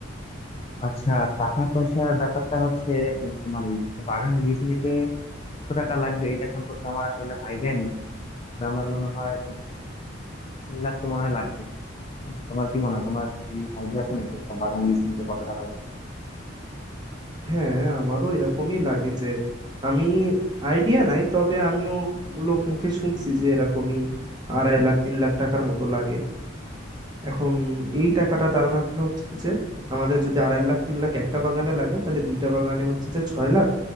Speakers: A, on the left; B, on the right.
A: আচ্ছা টাকা পয়সার ব্যাপারটা হচ্ছে উম, তোমার এই বাগান লিজ নিতে কত টাকা লাগবে এটা সম্পর্কে আমার আসলে আইডিয়া নেই তবে আমার মনে হয় তিন লাখ তো মনে হয় লাগবে হুম, তোমার কি মনে হয় তোমার কি আইডিয়া আছে নাকি একটা বাগান লিজ নিতে কত টাকা লাগবে
B: হ্যাঁ আমারও এরকমই লাগে যে আমি আইডিয়া নাই তবে আমিও লোক মুখে শুনছি যে এরকমই আড়াই লাখ তিন লাখ টাকার মতো লাগে এখন এই টাকাটা তার মানে হচ্ছে যে আমাদের যদি আড়াই লাখ তিন লাখ একটা বাগানে লাগে তাহলে দুইটা বাগানে হচ্ছে যে ছয় লাখ